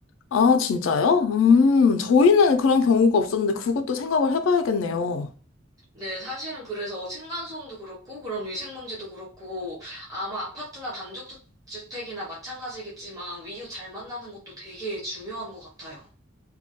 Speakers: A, on the left; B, on the right.
A: 아, 진짜요? 음, 저희는 그런 경우가 없었는데 그것도 생각을 해봐야겠네요.
B: 네, 사실은 그래서 층간소음도 그렇고, 그런 위생 문제도 그렇고, 아마 아파트나 단독주택이나 마찬가지겠지만, 이웃 잘 만나는 것도 되게 중요한 것 같아요.